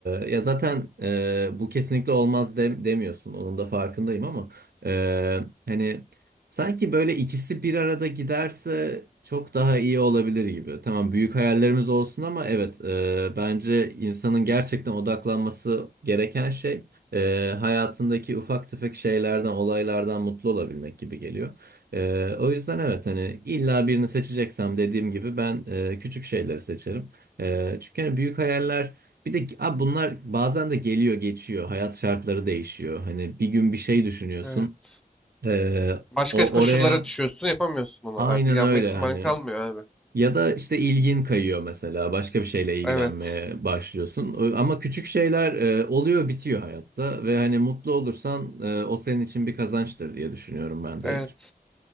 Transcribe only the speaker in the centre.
evet.
Başka
koşullara
düşüyorsun, yapamıyorsun onu
artık. Yapma
ihtimalin
kalmıyor abi.
Evet,
evet.